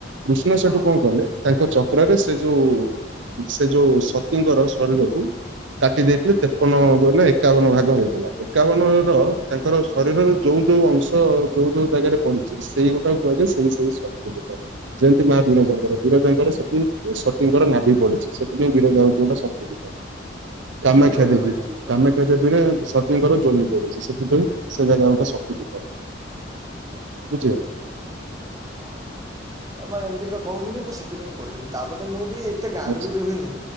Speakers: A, on the right (about 75°); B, on the right (about 20°).
A: କୃଷ୍ଣ ସେଠୁ
B: ହଁ
A: କଣ କଲେ ତାଙ୍କ ଚକ୍ରରେ, ସେ ଯୋଉ, ସେ ଯୋଉ ସତୀଙ୍କର ଶରୀରକୁ କାଟି ଦେଇଥିଲେ, ତେପନ ବୋଲେ ଏକାବନ ଭାଗ ହେଇଥିଲା, ଏକାବନ ର ତାଙ୍କର ଶରୀରର ଯୋଉ ଯୋଉ ଅଂଶ ଯୋଉ ଯୋଉ ଜାଗାରେ ପଡ଼ିଛି ସେଇ ଗୋଟାକୁ କୁହାଯାଏ ସେଇ ସେଇ ଶକ୍ତି ପିଠ। ଯେମିତି ମା ବୀରଜାଙ୍କର, ବୀରଜାଙ୍କର ସେମିତି କିନ୍ତୁସତୀଙ୍କର ନାଭିି ପଢିଛି ସେଥିପାଇଁ ବୀରଜା ହେଉଛି ଗୋଟ ଶକ୍ତିପିଠ। କାମାକ୍ଷା
B: ଠିକ୍ କହିଲ
A: ଦେବି,
B: ଭାଇ ଠିକ୍ କହିଲ
A: କାମାକ୍ଷା ଦେବି ରେ ସତୀଙ୍କର ଜୋନି ପଡିଚି ସେଥିପାଇଁ ସେ ଜାଗା ଗୋଟେ ଶକ୍ତିପୀଠ। ବୁଝିଗଲ?
B: ହଁ ଅବ ଏମିତି ତ କହୁଚନ୍ତି ମୁଁ ସେଥିପାଇଁ କହିଲି, ତାପରେତ ମୁଁ ବି ଗାଁରେ
A: ଆଛା
B: ବି ରୁହେନି,